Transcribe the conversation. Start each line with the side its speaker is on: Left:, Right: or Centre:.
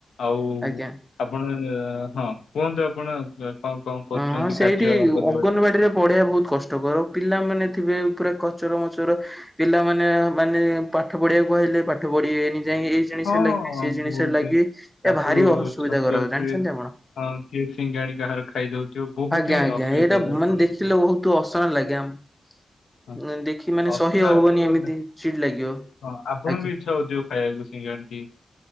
Left: ଆଉ
Centre: ଆଜ୍ଞା।
Left: ଆପଣ ହଁ କୁହନ୍ତୁ ଆପଣ କ'ଣ କ'ଣ କରୁଛନ୍ତି
Centre: ଓ ହଁ ସେଇଠି
Left: କାର୍ଯ୍ୟ ଅଙ୍ଗନବାଡ଼ିରେ
Centre: ଅଙ୍ଗନବାଡିରେ ପଢେଇବା ବହୁତ କଷ୍ଟ। କର ପିଲାମାନେ ଥିବେ ପୁରା କଚର ମଚର ପିଲାମାନେ ମାନେ ପାଠ ପଢିବାକୁ କହିଲେ ପାଠ ପଢିବେନି ଯାଇ ଏଇ ଜିନିଷରେ
Left: ହଁ
Centre: ଲାଗିବି ସେଇ ଜିନିଷରେ
Left: ବହୁତ
Centre: ଲାଗି
Left: ହିଁ ତାକୁ
Centre: ଏ ଭାରି ଅସୁବିଧା
Left: ଛତୁଆ
Centre: କର ଜାଣିଛନ୍ତି
Left: ଦିଏ
Centre: ଆପଣ।
Left: ହଁ କିଏ ସିଙ୍ଗାଣି କାହାର ଖାଇଯାଉଥିବ ବହୁତ
Centre: ଆଜ୍ଞା
Left: ହିଁ
Centre: ଆଜ୍ଞା
Left: ଅସୁବିଧାରେ
Centre: ଏଇଟା
Left: ଆପଣ
Centre: ମାନେ ଦେଖିଲେ
Left: ଅଛନ୍ତି
Centre: ବହୁତ ଅସନା ଲାଗେ ଆମ
Left: ହଁ
Centre: ଦେଖି ମାନେ
Left: ଅସନା
Centre: ସହି ହବନି
Left: ଆପଣ
Centre: ଏମିତି ଚିଡି ଲାଗିବ।
Left: ହଁ ଆପଣଙ୍କୁ
Centre: ଆଜ୍ଞା।
Left: ବି ଇଚ୍ଛା ହଉଥିବ ଖାଇବାକୁ ସିଙ୍ଗାଣି ଟିକେ?